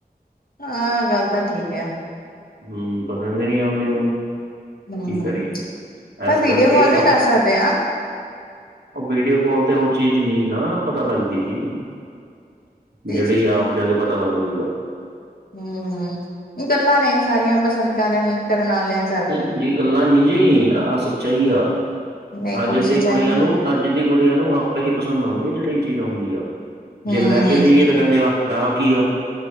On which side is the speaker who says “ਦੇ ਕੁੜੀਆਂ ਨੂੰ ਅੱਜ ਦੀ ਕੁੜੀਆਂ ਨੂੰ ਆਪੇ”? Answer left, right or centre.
Right